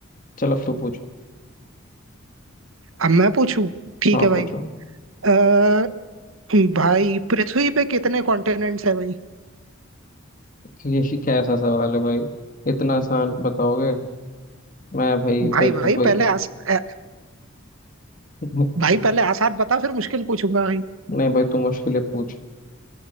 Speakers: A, on the left (about 40°); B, on the right (about 80°).
A: चल अब तू पूछ
B: अब मैं पूछूं ठीक
A: हाँ
B: है भाई
A: पूछो
B: अ, भाई पृथ्वी पे कितने कॉन्टिनेंट्स है भाई
A: ये शी- क्या ऐसा सवाल है भाई इतना आसान बताओगे मैं भाई
B: भाई
A: फिर
B: भाई
A: तो भाई
B: पहले आस अ,
A: <laughs>
B: भाई पहले आसान बता फिर मुश्किल पूछूंगा भाई
A: नहीं भाई तू मुश्किलें पूछ